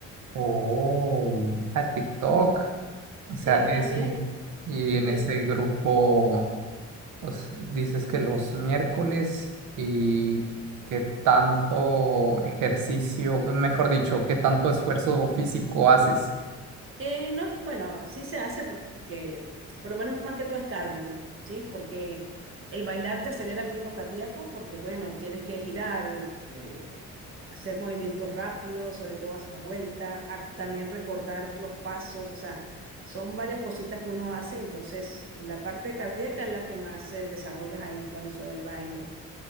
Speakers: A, on the right; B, on the right.
A: Oh, a TikTok. O sea,
B: Sí,
A: eso.
B: también.
A: Y en
B: Sí.
A: ese grupo, pues, dices que los miércoles y qué tanto ejercicio, mejor dicho, qué tanto esfuerzo físico haces.
B: Eh, no, es- bueno, sí se hace porque, por lo menos más que todo es cardio, ¿sí? Porque el bailar te acelera el ritmo cardíaco porque, bueno, tienes que girar, eh, hacer movimientos rápidos, sobre todo hacer vueltas, ah, también recordar los pasos, o sea, son varias cositas que uno hace, entonces la parte cardíaca es la que más eh, desarrollas ahí con eso del baile.